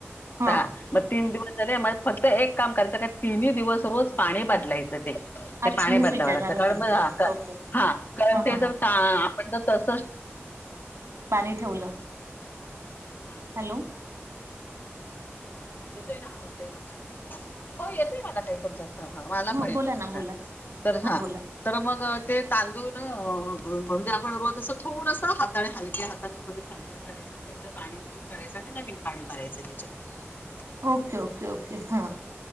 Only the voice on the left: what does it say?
त मग तीन दिवस <unintelligible> फक्त एक काम कराचं का तिन्ही दिवस रोज पाणी बदलायचं ते.
ते पाणी
बदलावं
लागतं कारण
म
हा का
हां कारण
ते
जर
चा पण. तसं
<unintelligible>
येतोय ना आवाज ताई माझा? हो येतोय मला ताई तुमचा हा मला
पण येतोय
तुमचा
तर,
हा
तर मग ते तांदूळ न अ अ म्हणजे आपण रोज असं थोडस हाताने हलक्या हाताने थोड खालीवर करायच त्यातल पाणी निथळून काढायच आणि नवीन पाणी भरायचंय त्यांच्यात.